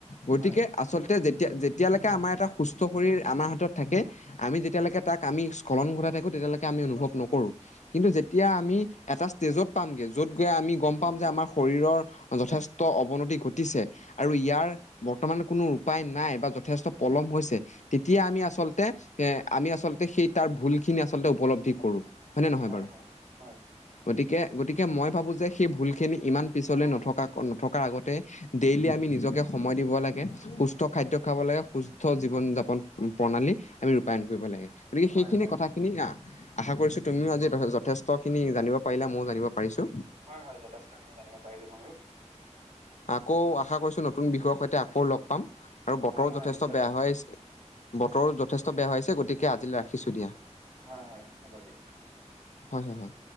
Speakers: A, on the left; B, on the right.
A: গতিকে
B: হয়
A: আচলতে যেতিয়া যেতিয়া লৈ ে আমাৰ এটা সুস্থ শৰীৰৰ আমাৰ হাতত থাকে, আমি যেতিয়ালৈকে তাক আমি স্খলন ঘটাই থাকো, তেতিয়ালৈকে আমি অনুভৱ অনুভৱ নকৰোঁ। কিন্তু যেতিয়া এটা ষ্টেজত পাম গৈ য'ত গৈ আমি গম পাম যে আমাৰ শৰীৰ যথেষ্ট অৱনতি ঘটি। পিছে আৰু ইয়াৰ বৰ্তমান কোনো উপায় নাই বা যথেষ্ট পলম হৈছে, তেতিয়া আমি আচলতে আচলতে এ আমি আচলতে সেই তাৰ ভুল খিনি আচলতে উপলব্ধি কৰোঁ হয়নে নহয়
B: হয়
A: বাৰু।
B: হয় হয়।
A: গতিকে, গতিকে মই ভাবোঁ যে সেই ভুলখিনি ইমান পিছলে নথকা নথকাৰ আগতে ডেইলি আমি নিজকে সময় দিব লাগে। সুস্থ খাদ্য খাব লাগে সুস্থ জীৱন যাপন প্ৰণালী। আমি ৰূপায়ন কৰিব লাগে। গতিকে, সেইখিনি
B: হয় হয়
A: কথাখিনি আহ আশা কৰিছোঁ তুমিও আজি যথেষ্টখিনি জানিব পাৰিলা মইয়ো জানিব পাৰিছো
B: হয়, হয়। যথেষ্ট খিনি জানিব পাৰিলোঁ মইয়ো।
A: আকৌ আশা কৰিছোঁ নতুন বিষয়ৰ সৈতে আকৌ লগ পাম আৰু বতৰো
B: হয় হয়
A: যথেষ্ট
B: নিশ্চয়
A: বেয়া
B: লগ পাম
A: হৈ আহিছে। বতৰো যথেষ্ট বেয়া হৈ আহিছে। গতিকে আজিলৈ ৰাখিছোঁ দিয়া।
B: হয়, হয়, হ'ব দিয়ক।
A: হয়, হয়, হয়।